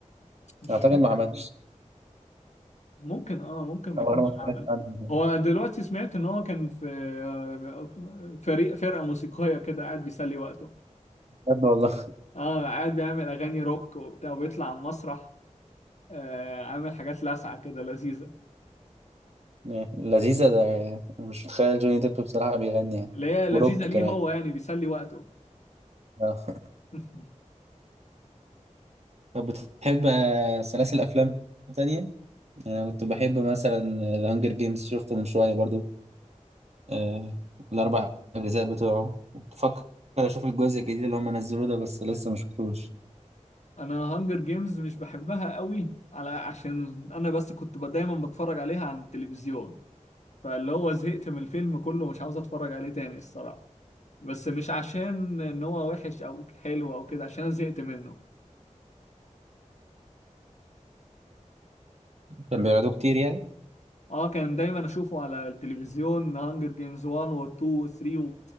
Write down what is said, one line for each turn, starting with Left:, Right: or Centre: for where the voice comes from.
Left: مش
Right: اعتقد
Left: فاكر
Right: ما عملش
Left: ممكن اه ممكن ما
Right: او
Left: يكونش
Right: انا ما
Left: عمل
Right: سمعتش عنه
Left: هو دلوقتي سمعت ان هو كان في آه، فريق فرقه موسيقيه كده قاعد بيسلي وقته
Right: بجد والله
Left: اه قاعد بيعمل اغاني روك وبتاع وبيطلع على المسرح آه عامل حاجات لاسعه كده لذيذه
Right: <laughs> لذيذه ده يعني. أنا مش متخيل جوني ديب بصراحه بيغني يعني
Left: اللي هي لذيذه
Right: وروك
Left: ليه
Right: كمان
Left: هو يعني بيسلي وقته
Right: آه.
Left: <laughs>
Right: طب بتحب آه، سلاسل أفلام تانية؟ يعني أنا كنت بحب مثلا ذا هانجر جيمز شفته من شوية برضو آه، الأربع أجزاء بتوعه بفكر أشوف الجزء الجديد اللي هم نزلوه ده بس لسه ما شفتوش
Left: انا هانجر جيمز مش بحبها قوي على عشان انا بس كنت ب- دايما بتفرج عليها عن التلفزيون فاللي هو زهقت من الفيلم كله مش عاوز اتفرج عليه تاني الصراحه بس مش عشان ان هو وحش او حلو او كده عشان انا زهقت منه
Right: كان بيعرضوه كتير يعني
Left: اه كان دايما اشوفه على التلفزيون هانجر جيمز 1 و 2 و 3 و...